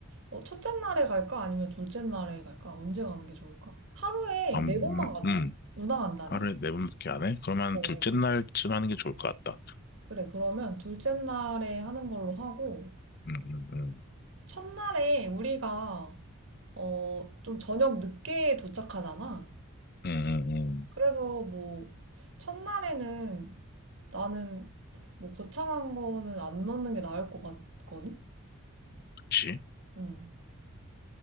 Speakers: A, on the right; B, on the left.
A: 어, 첫째 날에 갈까? 아니면 둘째 날에 갈까? 언제 가는 게 좋을까? 하루에
B: 음,
A: 네 번만 간,
B: 음,
A: 운항한다네?
B: 하루에 네 번밖에 안 해? 그러면
A: 어.
B: 둘째 날쯤 하는 게 좋을 것 같다.
A: 그래, 그러면 둘째 날에 하는 걸로 하고,
B: 음, 음, 음,
A: 첫날에 우리가, 어, 좀 저녁 늦게 도착하잖아.
B: 음, 음, 음.
A: 그래서 뭐, 첫날에는 나는 뭐 거창한 거는 안 넣는 게 나을 것 같거든?
B: 그치?
A: 응.